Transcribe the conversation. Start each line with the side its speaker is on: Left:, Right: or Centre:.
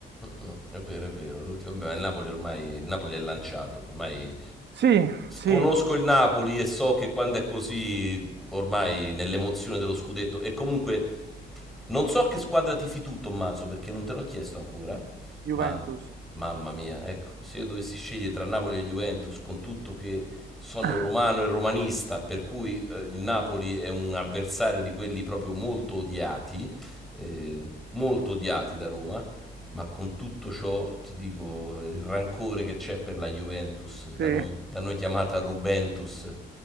Centre: Mm, È vero, è vero, l'ultimo. Vabbè, ma il Napoli ormai, il Napoli è lanciato, ormai
Right: Sì, sì,
Centre: conosco il Napoli e so che quando è così, ormai nell'emozione dello scudetto, e comunque non so che squadra tifi tu, Tommaso, perché non te l'ho chiesto ancora,
Right: Juventus.
Centre: ma mamma mia, ecco, se io dovessi scegliere tra Napoli e Juventus, con tutto che sono
Right: <clears throat>
Centre: romano
Right: <laughs>
Centre: e romanista, per cui eh, il Napoli è un avversario di quelli proprio molto odiati, eh, molto odiati da Roma, ma con tutto ciò ti dico il rancore che c'è per la Juventus, da
Right: Sì.
Centre: noi, da noi chiamata Rubentus.